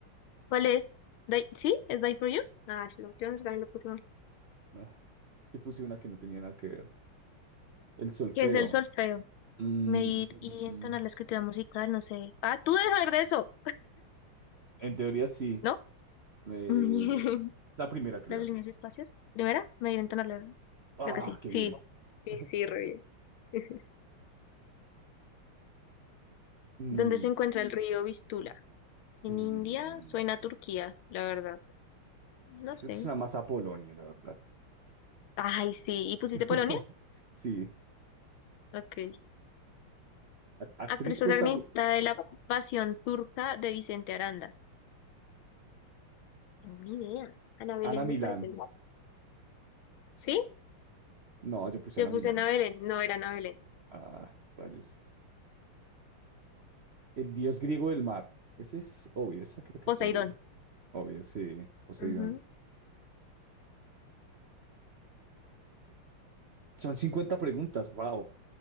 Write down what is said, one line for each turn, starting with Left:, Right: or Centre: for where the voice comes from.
Left: ¿Cuál es? Die- ¿Sí? ¿Es Die for you? Ah, yo yo también lo puse mal.
Right: No, es que puse una que no tenía nada que ver. El solfeo.
Left: ¿Qué es el solfeo?
Right: Mm,
Left: Medir
Right: mm, mm.
Left: y entonar
Right: mm.
Left: la escritura musical, no sé. Ah, tú debes saber de eso,
Right: en teoría sí.
Left: ¿no?
Right: Eh,
Left: <laughs>
Right: la primera, creo.
Left: Las líneas y espacios. Primera, medir y entonar la...
Right: Ah,
Left: Creo que sí.
Right: qué
Left: Sí,
Right: bien.
Left: sí,
Right: <laughs>
Left: sí, re bien.
Right: Mm,
Left: ¿Dónde se encuentra el río Vistula? ¿En
Right: mm.
Left: India? Suena a Turquía, la verdad. No
Right: yo creo
Left: sé.
Right: que es una más a Polonia, la verdad.
Left: Ay, sí. ¿Y pusiste
Right: <laughs>
Left: Polonia?
Right: Sí.
Left: Ok.
Right: Ac- Actriz
Left: Actriz protagonista
Right: protagonista.
Left: de La Pasión Turca de Vicente Aranda. Buena idea. Ana Belén
Right: Ana Milán.
Left: me parece el... nombre. ¿Sí?
Right: No, yo puse
Left: Yo
Right: Ana
Left: puse
Right: Milán.
Left: Ana Belén. No era Ana Belén.
Right: Ah, rayos. El dios griego del mar. Ese es obvio, esa creo que
Left: Poseidón.
Right: es obvio. Obvio, sí, Poseidón.
Left: Ujú.
Right: Son cincuenta preguntas, wow.